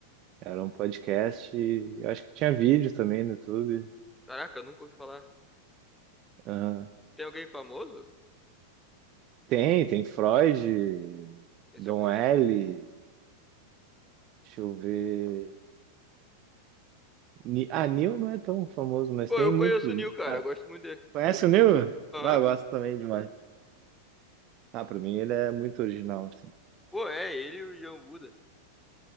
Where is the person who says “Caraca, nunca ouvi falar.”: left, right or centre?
Centre